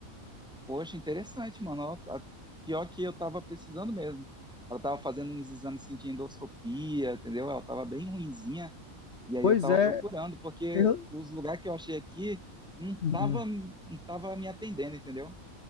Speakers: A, in the centre; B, on the left.
A: Poxa, interessante, mano. Ó, a- Pior que eu tava precisando mesmo. Ela tava fazendo uns exames assim, de endoscopia, entendeu? Ela tava bem ruinzinha. E aí
B: Pois
A: eu tava
B: é.
A: procurando, porque
B: Eu...
A: os lugares que eu achei aqui não
B: Uhum.
A: tava, não tava me atendendo, entendeu?